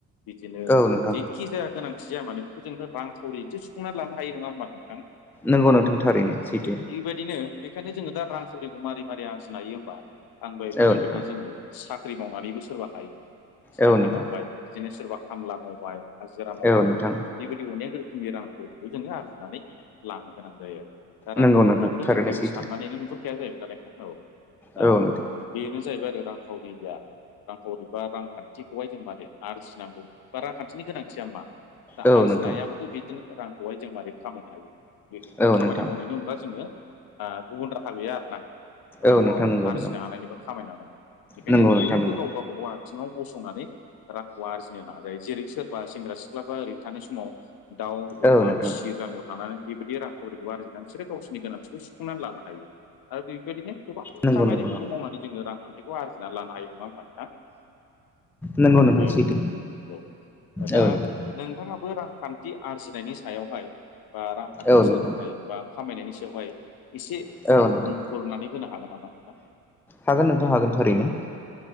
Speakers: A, on the left (about 45°); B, in the centre.
A: बिदिनो
B: औ नोंथां
A: जेखि जाया गोनांथि जाया मानोे बेखौ जोंङो रां खाउरि एसे सुफुंनानै लानो हायो नङा होमबा नोंथां
B: नंगौ नोंथां थारैनो सैथो
A: बेबायदिनो बेखायनो जोङो दा रांखाउरिखौ मारै मारै आरजिनो हायो होमबा आं दहाय बुंनाय
B: औ नोंथां
A: बायदि जोङो सा ख्रि मावनानैबो सोरबा हायो साख्रि
B: औ नोंथां
A: मावबाय बिदिनो सोरबा खामला मावबाय हाजिरा मावबाय
B: औ नोंथां
A: बेबायदि अनेक रोखोमनि रां जोङो आरजिनानै लानो गोनां जायो दा रांखावरि
B: नंगौ नोंथां
A: गैयाबाथ'
B: थारैनो
A: जों जेबो
B: सैथो
A: साननानैनो नुहु <unintelligible> जाहैबाय नालाय फास्तआव दा
B: औ नोंथां
A: बेनो जाहैबाय रांखावरिया रांखावरि बा रांखान्थिखौहाय जों माने आरजिनांगौ बा खान्थिनि गोनांथिया मा दा
B: औ
A: आरजिनायाबोथ'
B: नोंथां
A: बिदिनो रांखौहाय जों मारै खामायनो हायो
B: औ
A: खामानि
B: नोंथां
A: मावनायनि नङा जोङो गुबुन राहा गैया आर ना रांखौ
B: औ नोंथां नंगौ
A: आरजिनो
B: नंगौ
A: हानायनिबो खामायनानै बेखायनो
B: नंगौ
A: बयबो
B: नोंथां नंगौ
A: गाव गाबागाव आथिङाव गसंनानै रांखौ आरजिनो नाजायो जेरै सोरबा सेंग्रा सिख्लाफ्रा ओरैनो थानाय समाव दाउ
B: औ
A: अमा
B: नोंथां
A: फिसियो गामियाव थानानै बेबायदि रांखावरिखौ आरजिनानै बिसोरो गावसोरनि गोनांथिखौ सुफुंनानै लानो हायो आरो बेबायदिनो गोबां
B: नंगौ
A: खामानिफोरखौ
B: नंगौ
A: मावनानै जोङो रां आरजिना लानो हायो नङा होमबा नोंथां
B: नंगौ नोंथां
A: औ
B: सैथो
A: नंगौ दा
B: औ नोंथां
A: नोंथाङाबो रांखान्थि आरजिनायनि सायावहाय बा रांखान्थि
B: औ नोंथां
A: सोरजिनाय बा खामायनायनि सायावहाय एसे
B: औ नोंथां
A: बुंफुरनानै होनो हागोन नामा
B: हागोन नोंथां हागोन थारैनो